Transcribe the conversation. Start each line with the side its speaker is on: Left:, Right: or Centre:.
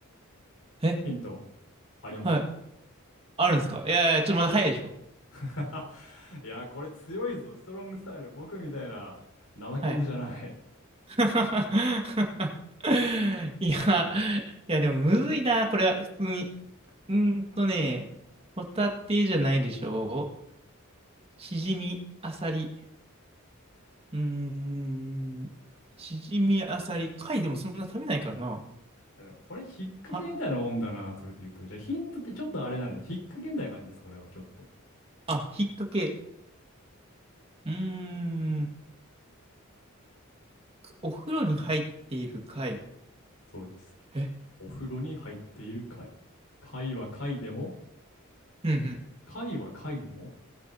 Right: え
Left: ヒント、ありますよ。
Right: はい。あるんですかいやいや、ちょっとまだ早いでしょ。
Left: <laughs> いや、これ強いぞ。ストロングスタイル。僕みたいな怠け者じゃない。
Right: はい。
Left: い
Right: <laughs> いや、いやでもむずいな、これは普通に。うーんとね、ホタテじゃないでしょシジミアサリ。うーん。しじみあさり。貝でもそんな食べないからな。
Left: やでもこれ、引っ掛けみたいなもんだな、
Right: は、
Left: それで言うと。じゃあ、ヒントってちょっとあれなんで、引っ掛けみたいな感じです、これは、ちょっと。
Right: あ、引っ掛け。うーん。お風呂に入っている貝。
Left: そうです。
Right: え、
Left: お風呂に入っている貝。貝は貝でも、
Right: うんうん。
Left: 貝は貝でも、